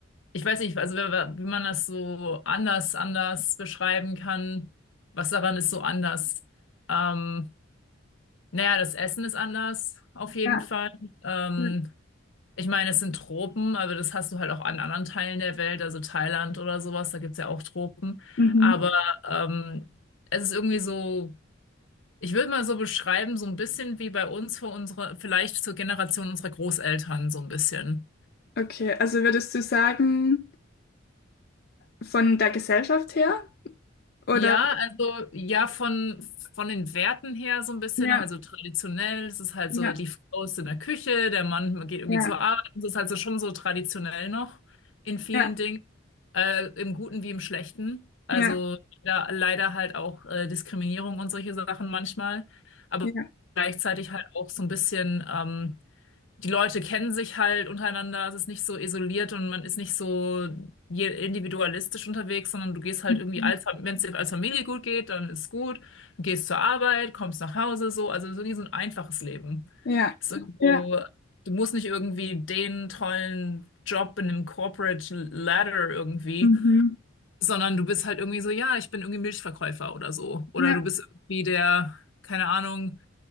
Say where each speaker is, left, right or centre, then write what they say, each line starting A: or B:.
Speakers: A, on the left (about 75°); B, on the left (about 55°).
A: ich weiß nicht, also wenn, wir- wie man das so anders, anders beschreiben kann, was daran ist so anders. Ähm, naja, das Essen ist anders, auf jeden
B: Ja.
A: Fall. Ähm,
B: ja.
A: ich meine, es sind Tropen, aber das hast du halt auch an anderen Teilen der Welt, also Thailand oder sowas, da gibt's ja auch Tropen.
B: Mhm.
A: Aber ähm, es ist irgendwie so, ich würde mal so beschreiben, so ein bisschen wie bei uns, vor unserer, vielleicht zur Generation unserer Großeltern, so ein bisschen.
B: Okay, also würdest du sagen, von der Gesellschaft her? Oder?
A: Ja, also ja, von, von den Werten her so ein bisschen,
B: Ja,
A: also traditionell, es ist halt
B: ja,
A: so, die Frau ist in der Küche, der Mann geht irgendwie
B: ja,
A: zur Arbeit, es ist halt so schon so traditionell noch in vielen
B: ja,
A: Dingen, äh, im Guten wie im Schlechten. Also
B: ja,
A: da leider halt auch äh, Diskriminierung und solche Sachen manchmal, aber
B: ja,
A: gleichzeitig halt auch so ein bisschen ähm, die Leute kennen sich halt untereinander, es ist nicht so isoliert und man ist nicht so je- individualistisch unterwegs, sondern du gehst halt
B: mhm,
A: irgendwie als, wenn es dir als Familie gut geht, dann ist gut, du gehst zur Arbeit, kommst nach Hause, so, also so irgendwie so ein einfaches Leben.
B: ja,
A: Es Ist irgendwie
B: ja,
A: so, du musst nicht irgendwie den tollen Job in einem Corporate Ladder irgendwie,
B: mhm,
A: sondern du bist halt irgendwie so, ja, ich bin irgendwie Milchverkäufer oder so, oder
B: ja,
A: du bist irgendwie der, keine Ahnung,